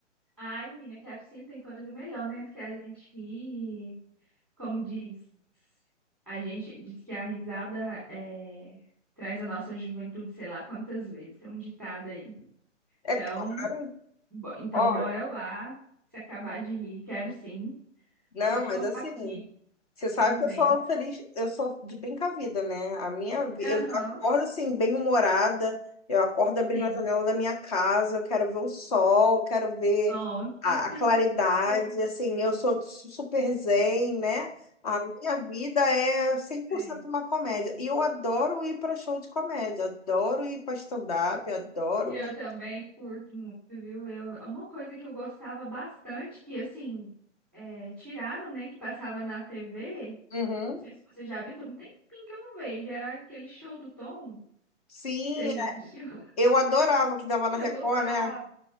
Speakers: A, in the centre; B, on the left.
A: Ai, menina, quero sim. Tem coisa melhor, né? Do que a gente rir. Como diz, a gente diz que a risada é, traz a nossa juventude, sei lá quantas vezes. Tem um ditado aí.
B: É
A: Então.
B: claro.
A: Bo- Então,
B: Olha,
A: bora lá. Se acabar de rir, quero sim.
B: não,
A: Pode
B: mas
A: contar
B: assim.
A: comigo.
B: Você
A: Estamos
B: sabe que
A: dentro.
B: eu sou feliz, eu sou de bem com a vida, né? A minha vida,
A: Aham,
B: eu acordo assim, bem-humorada, eu acordo abrindo
A: sim.
B: a janela da minha casa, eu quero ver o sol, quero ver
A: Nossa,
B: a, a
A: sim,
B: claridade,
A: sim,
B: assim, eu sou su- super zen, né? A minha vida é cem por
A: sim.
B: cento uma comédia. E eu adoro ir para show de comédia, adoro ir para stand-up, adoro.
A: E eu
B: ver-
A: também curto muito, viu? Eu, uma coisa que eu gostava bastante, que assim, é, tiraram, né? Que passava na TV.
B: Uhum.
A: Não sei se você já viu, tem um tempinho que eu não vejo. Era aquele show do Tom.
B: Sim,
A: Você já assistiu? <laughs>
B: eu adorava que dava na
A: Eu
B: Record,
A: gostava.
B: né?